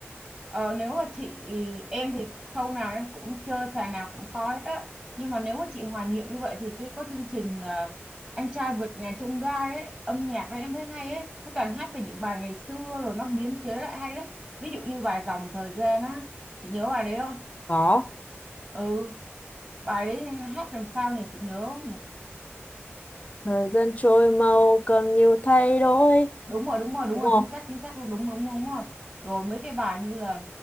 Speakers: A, on the right (about 20°); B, on the left (about 30°).
A: Ờ, nếu mà chị em thì show nào em cũng chơi sàn nào cũng có hết á nhưng mà nếu mà chị hoài niệm như vậy thì cái có chương trình là anh trai vượt ngàn chông gai ấy âm nhạc đó em thấy hay ấy nó toàn hát về những bài ngày xưa rồi nó biến chế lại hay lắm ví dụ như bài dòng thời gian á chị nhớ bài đấy không
B: có
A: ừ bài đấy hát làm sao nhỉ chị nhớ không nhỉ
B: thời gian trôi mau cần nhiều thay đổi
A: đúng rồi đúng rồi đúng
B: đúng
A: rồi chính xác chính xác đúng đúng đúng, đúng rồi rồi mấy cái bài như là